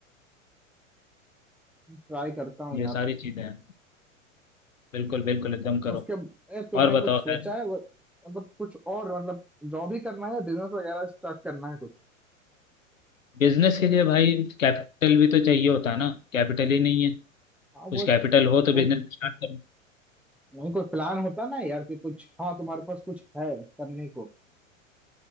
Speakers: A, in the centre; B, on the left.
A: ट्राई करता हूँ
B: ये
A: यार
B: सारी चीजें हैं बिल्कुल बिल्कुल एकदम
A: तो
B: करो
A: उसके ए, तुमने
B: और
A: कुछ
B: बताओ
A: सोचा
B: खैर
A: है वो- मतलब कुछ और मतलब जॉब ही करना है बिजनेस वगैरह स्टार्ट करना है कुछ
B: बिजनेस के लिए भाई कैपिटल भी तो चाहिए होता है ना कैपिटल ही नहीं है कुछ
A: हाँ वो
B: कैपिटल हो तो
A: वो
B: बिजनेस स्टार्ट करो
A: नहीं कोई प्लान होता ना यार कि कुछ हाँ तुम्हारे पास कुछ है करने को